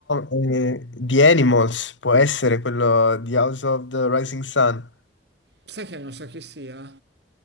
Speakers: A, on the left; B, on the right.
A: eh, The Animals, può essere quello di House of the Rising Sun.
B: Sai che non so chi sia?